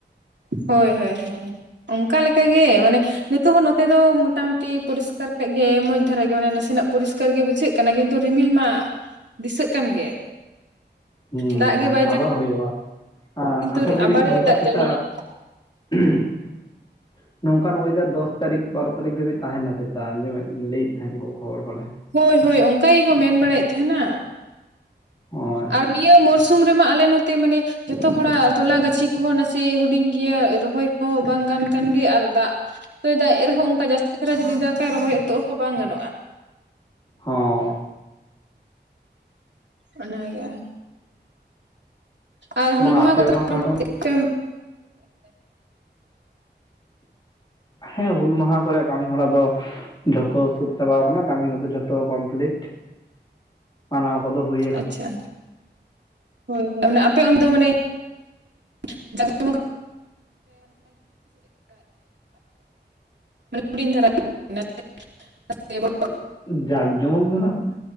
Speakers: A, on the right (about 70°); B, on the left (about 25°).
A: ᱦᱳᱭ ᱦᱳᱭ ᱦᱳᱭ, ᱚᱱᱠᱟ ᱞᱮᱠᱟ ᱜᱮ ᱢᱟᱱᱮ ᱱᱤᱛᱚᱜ ᱦᱚᱸ ᱱᱚᱛᱮ ᱫᱚ ᱢᱚᱴᱟ ᱢᱩᱴᱤ ᱯᱚᱨᱤᱥᱠᱟᱨ ᱠᱟᱜ ᱜᱮ ᱢᱚᱡᱽ ᱫᱷᱟᱨᱟ ᱜᱮ ᱢᱟᱱᱮ ᱱᱟᱥᱮᱱᱟᱜ ᱯᱚᱨᱤᱥᱠᱟᱨ ᱜᱮ ᱵᱩᱡᱷᱟᱹᱜ ᱠᱟᱱᱟ ᱠᱤᱱᱛᱩ ᱨᱤᱢᱤᱞ ᱢᱟ, ᱫᱤᱥᱟᱹᱜ ᱠᱟᱱ ᱜᱮ᱾
B: ᱦᱩᱸᱻ
A: ᱫᱟᱜ ᱜᱮ ᱵᱟᱭ ᱡᱟᱹᱲᱤ
B: ᱟᱵᱟᱨ ᱦᱩᱭᱩᱜᱼᱟ, ᱟ
A: ᱠᱤᱱᱛᱩ
B: ᱟᱪᱷᱟ ᱜᱩᱨᱤ
A: ᱟᱵᱟᱨᱮ
B: ᱱᱚᱝᱠᱟ
A: ᱫᱟᱜ
B: ᱪᱮᱛᱟᱼᱼ
A: ᱡᱟᱹᱲᱤᱭᱟ
B: <inaudible> ᱱᱚᱝᱠᱟᱱ ᱦᱚᱭᱫᱟ ᱫᱚᱥ ᱛᱟᱹᱨᱤᱠᱷ ᱵᱟᱨᱚ ᱛᱟᱹᱨᱤᱠᱷ ᱫᱷᱟᱹᱵᱤᱡ ᱛᱟᱦᱮᱱᱟ ᱪᱮᱛᱟᱜ ᱟᱸᱡᱚᱢᱮᱫ ᱞᱟᱹᱭᱮᱫ ᱛᱟᱦᱮᱸᱫ ᱠᱚ ᱠᱷᱚᱵᱚᱨ ᱠᱚᱨᱮ᱾
A: ᱦᱚᱭ ᱦᱚᱭ ᱚᱱᱠᱟ ᱜᱮᱠᱚ ᱢᱮᱱ ᱵᱟᱲᱟᱭᱮᱫ ᱛᱟᱦᱮᱱᱟ᱾
B: ᱦᱳᱭ
A: ᱟᱨ ᱱᱤᱭᱟᱹ ᱢᱚᱨᱥᱩᱢ ᱨᱮᱢᱟ ᱟᱞᱮ ᱱᱚᱛᱮ ᱢᱟᱱᱮᱼᱼ ᱡᱚᱛᱚ ᱦᱚᱲᱟᱜ ᱛᱚᱞᱟ ᱜᱟᱹᱪᱷᱤ ᱠᱚᱦᱚᱸ ᱱᱟᱥᱮ ᱦᱩᱰᱤᱧ ᱜᱮᱭᱟ ᱨᱚᱦᱚᱭ ᱠᱚᱦᱚᱸ ᱵᱟᱝ ᱠᱟᱱ ᱜᱮ ᱟᱨ ᱫᱟᱜᱼᱼ <unintelligible> ᱛᱚᱭ ᱫᱟᱜ ᱮ ᱨᱮᱦᱚᱸ ᱚᱱᱠᱟ ᱡᱟᱹᱥᱛᱤ ᱫᱷᱟᱨᱟ ᱡᱩᱫᱤ ᱫᱟᱜ ᱠᱷᱟᱭ ᱨᱚᱦᱚᱭ ᱮᱛᱚᱦᱚᱜ ᱦᱚᱸ ᱵᱟᱝ ᱜᱟᱱᱚᱜᱼᱟ᱾
B: ᱦᱚᱸᱻ
A: ᱚᱱᱟ ᱜᱮ᱾ ᱟᱨ
B: ᱵᱟᱝ
A: ᱦᱩᱞ ᱢᱟᱦᱟ
B: ᱟᱯᱮ
A: ᱠᱚ
B: ᱚᱱᱟ
A: ᱫᱚ <unintelligible>
B: ᱯᱟᱦᱴᱟ ᱦᱮᱸ ᱦᱩᱞ ᱢᱟᱦᱟᱸ ᱠᱚ ᱨᱮᱭᱟᱜ ᱠᱟᱹᱢᱤ ᱦᱚᱨᱟ ᱫᱚ ᱡᱷᱚᱛᱚ ᱥᱟᱹᱛ ᱪᱟᱞᱟᱣ ᱟᱠᱟᱱᱟ, ᱠᱟᱹᱢᱤ ᱠᱚᱫᱚ ᱫᱚ ᱡᱚᱛᱼᱼ ᱛᱚ ᱠᱚᱢᱯᱞᱤᱴ, ᱢᱟᱱᱟᱣ ᱠᱚᱫᱚ ᱦᱩᱭ <unintelligible>
A: ᱟᱪᱪᱷᱟ, ᱦᱚᱭ ᱦᱚᱭ ᱟᱯᱮ ᱚᱱᱛᱮ ᱫᱚ ᱢᱟᱱᱮᱼᱼ <unintelligible> <unintelligible> ᱢᱟᱱᱮ ᱦᱩᱰᱤᱝ ᱫᱷᱟᱨᱟ <unintelligible>
B: <unintelligible> ᱡᱟᱠ ᱡᱚᱢᱚᱠ ᱫᱚ ᱱᱟᱦᱟᱸᱜ,